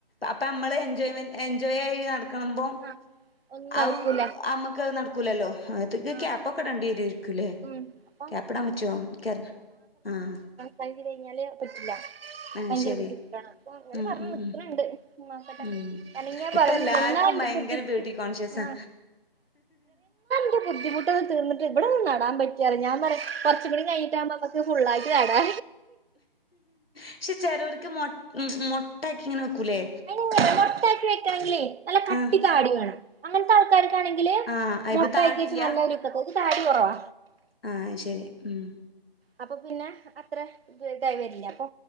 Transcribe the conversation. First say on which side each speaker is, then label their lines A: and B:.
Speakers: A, on the left; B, on the right.
A: അപ്പൊ നമ്മള് എൻജോയ്മെന്റ് എൻജോയ് ആയി നടക്കണ് മ്പോ
B: ആ ഒന്നും നടക്കൂല
A: ഔ അമ ഇക്കത് നടക്കൂലല്ലോ അകത്ത്ക്ക്
B: ആഹ്
A: ക്യാപ്പൊക്കെ ഇടേണ്ടി വെരേരിക്കും ലേ
B: ഉം അപ്പൊ
A: ക്യപ്പ്ടാം പറ്റ്യോ കേർ ആഹ്
B: കഴിഞ്ഞ് കയിഞ്ഞാല് പറ്റില്ലാ
A: ആഹ്
B: ഭയങ്കര
A: ശരി
B: ബുദ്ധിമുട്ടാണ് അപ്പൊ അങ്ങനെ
A: ഉം
B: പറഞ്ഞ്
A: ഉം
B: നിക്കണ്
A: ഉം
B: ഇണ്ട് നോക്കട്ടെ
A: ഉം
B: കാരണം ഇനി ആഹ്
A: ഇപ്പൊ
B: <unintelligible>
A: എല്ലാർക്കും
B: എന്നാൻ്റെ
A: ഭയങ്കര
B: <unintelligible>
A: ബ്യൂട്ടി കോൺഷ്യസാ
B: ആഹ് <unintelligible> ബുദ്ധിമുട്ടൊക്കെ തീർന്നിട്ട് ഇവടന്ന് ആടാൻ പറ്റൊല്ല ഞാൻ പറഞ്ഞ് കൊറച്ചു കൂടി കഴിഞ്ഞിട്ടാമ്പോ നമ്മ ഇത് ഫുള്ളായ്റ്റ് കാടാ
A: പക്ഷെ ചെലോര്ക്ക് മൊ ഉം ഉം മൊട്ടാക്കിങ്ങനെ വെക്കൂലെ
B: അയ്നിങ്ങനെ മൊട്ടാക്കി വെയ്ക്കണെങ്കിലെ നല്ല കട്ടി
A: ആഹ്
B: താടി വേണം അങ്ങൻത്തെ ആൾക്കാരൊക്കാണെങ്കില്
A: ആഹ് ഇത്
B: മൊട്ടാക്കി
A: താടില്ല
B: വെച്ച നല്ല രസണ്ട് ഇത് താടി കൊറവാ
A: ആഹ് അയ് ശെരി ഉംഹ്
B: അപ്പൊ പിന്നെ അത്ര <unintelligible> വെരില്ല അപ്പൊ